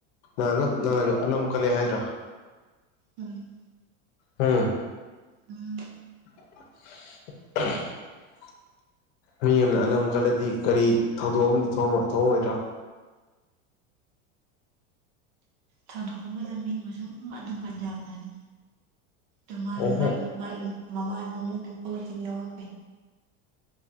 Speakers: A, on the left; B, on the right.
A: ꯅꯪ ꯅꯪꯅꯁꯨ ꯑꯅꯝ ꯀꯂꯨ ꯍꯥꯏꯗ꯭ꯔꯥ
B: ꯎꯝ
A: ꯎꯝ
B: ꯎꯝ
A: <unintelligible> ꯃꯤ ꯑꯃꯅ ꯑꯅꯝ ꯀꯜꯂꯗꯤ ꯀꯔꯤ ꯊꯧꯗꯣꯛ ꯑꯃꯗꯤ ꯊꯣꯛꯑꯝꯃ‌ꯣꯏꯗ꯭ꯔꯥ
B: ꯊꯥꯗꯣꯛꯑ ꯑꯃꯗ ꯃꯤ ꯃ ꯁꯨꯝ ꯑꯗꯨꯝ ꯀꯟꯖꯈ꯭ꯔꯅꯤ ꯑ ꯃꯥꯒꯤ
A: ꯑꯣꯍꯣ
B: ꯃꯥꯒꯤ ꯃꯥꯒꯤ ꯃꯕꯥꯕꯨꯗ ꯄꯨꯂꯁꯤ ꯌꯥꯎꯔꯛꯄꯦ